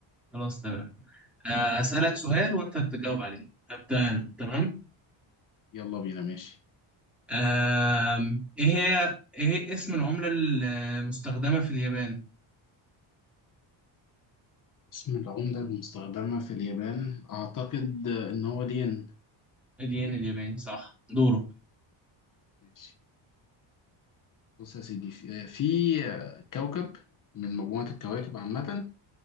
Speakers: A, in the centre; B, on the left (about 40°).
A: خلاص تمام آه، أسألك سؤال وانت بتجاوب عليه هبدأ انا تمام
B: يلا بينا ماشي
A: آم، ايه هي ايه هي اسم العملة المستخدمة في اليابان
B: اسم العملة المستخدمة في اليابان أعتقد إن هو الين
A: الين الياباني صح دوره
B: ماشي بص يا سيدي في في كوكب من مجموعة الكواكب عامة